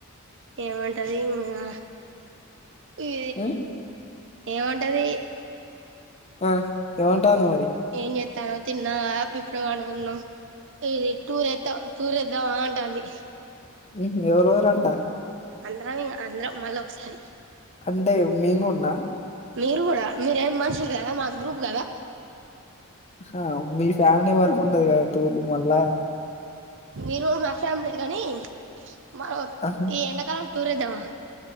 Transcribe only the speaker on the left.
ఉమ్,
ఆ ఎమంటాను మరి
ఉహు ఎవరు ఎవరంటా
అంటే మేము కుడాన్నా
ఆ మీ ఫ్యామిలీ వరకు ఉంటది కబట్టి దూరం వెళ్ళద్దాం
ఆహా,